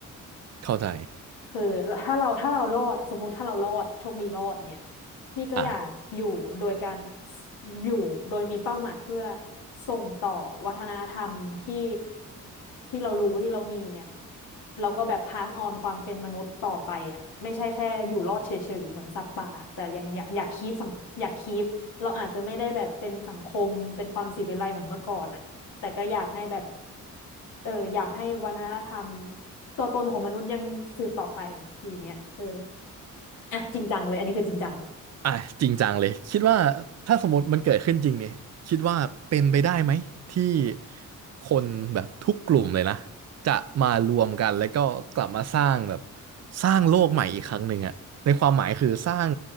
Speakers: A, on the right; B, on the left.
A: เข้าใจ
B: คือถ้าเราถ้าเรารอดอะสมมติถ้าเรารอดโชคดีรอดเนี่ยพี่ก็อยากอยู่โดยการ
A: อ่า
B: อยู่โดยมีเป้าหมายเพื่อส่งต่อวัฒนธรรมที่ที่เรารู้ที่เรามีเนี่ยเราก็แบบ pass on ความเป็นมนุษย์ต่อไปอ่ะไม่ใช่แค่อยู่รอดเฉยๆเหมือนสัตว์ป่าแต่ยังอยากอยากคีปสังอยากคีปเราอาจจะไม่ได้แบบเป็นสังคมเป็นความสิวิไลเหมือนเมื่อก่อนอ่ะแต่ก็อยากให้แบบ เอออยากให้วัฒนธรรมตัวตนของมนุษย์ยังสืบต่อไปอย่างเงี้ยเอออ่ะจริงจังเลยอันนี้คือจริงจัง
A: อ่ะจริงจังเลยคิดว่าถ้าสมมติมันเกิดขึ้นจริงเนี่ยคิดว่าเป็นไปได้ไหมที่คนแบบทุกกลุ่มเลยนะจะมารวมกันแล้วก็กลับมาสร้างแบบสร้างโลกใหม่อีกครั้งหนึ่งอะในความหมายคือสร้าง